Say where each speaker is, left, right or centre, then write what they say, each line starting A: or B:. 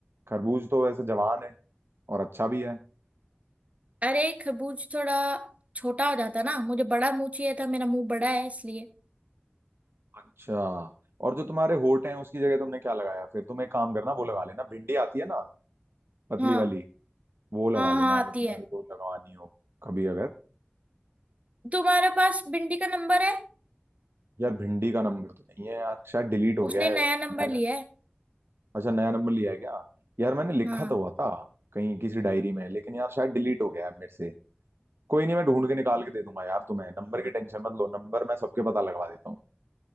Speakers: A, on the right; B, on the right.
A: खरबूज तो वैसे जवान है और अच्छा भी है
B: अरे खरबूज थोड़ा छोटा हो जाता ना मुझे बड़ा मुंह चाहिए था मेरा मुंह बड़ा है इसलिए
A: अच्छा और जो तुम्हारे होठ हैं उसकी जगह तुमने क्या लगाया फिर तुम एक काम करना वो लगा लेना भिंडी आती है ना पतली
B: हाँ
A: वाली वो लगा
B: हाँ
A: लेना
B: हाँ
A: अगर
B: आती
A: तुम्हारे
B: है
A: को लगवानी हो कभी अगर
B: तुम्हारे पास बिंदी का नंबर है
A: यार भिंडी का नंबर तो नहीं है यार शायद डिलीट हो
B: उसने
A: गया है
B: नया नंबर
A: मैंने
B: लिया है
A: अच्छा नया नंबर लिया है क्या यार मैंने लिखा
B: हाँ
A: तो हुआ था कहीं किसी डायरी में लेकिन यार शायद डिलीट हो गया है मेरे से कोई नहीं मैं ढूंढ के निकाल के दे दूंगा यार तुम्हें नंबर की टेंशन मत लो नंबर मैं सबके पता लगवा देता हूँ